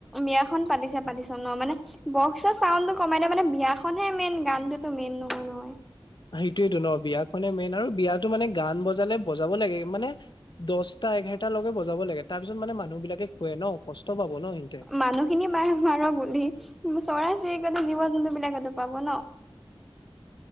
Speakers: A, in the centre; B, on the left.
A: বিয়াখন পাতিছে পাতিছ ন মানে বক্সৰ চাউনটো কমাই দিওঁ মানে বিয়াখনহে মেইন গানটোতো মেইন নহয় নহয়।
B: সেইটোৱে তো ন বিয়াখনে মেইন আৰু বিয়াতটো মানে গান বজালে বজাব লাগে মানে দহটা এঘাৰটা লকে বজাব লাগে তাৰ পিছত মানে মানুহ বিলাকে খুৱে ন' কষ্ট পাব। ন সিহঁতে
A: মানুহখিনি বাৰু মাৰ' গুলি চৰাই-চিৰিকটি জীৱ-জন্তু বিলাকেতো পাব ন'?